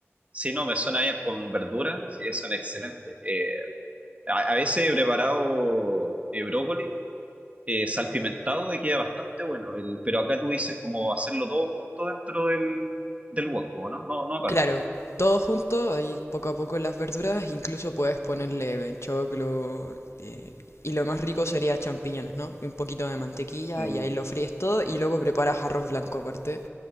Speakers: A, on the right; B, on the left.
A: Si no, me suena bien con verduras, sí, son excelentes. Eh, A, a veces he preparado eh, brócoli eh, salpimentado y queda bastante bueno. El- pero acá tú dices como hacerlo todo junto dentro del, del wok, ¿no? No, no aparte.
B: Claro, todo junto, ahí poco a poco las verduras, incluso puedes ponerle choclo, eh, y lo más rico sería champiñones, ¿no? Un poquito de mantequilla
A: Mm,
B: y ahí lo fríes todo y luego preparas arroz blanco aparte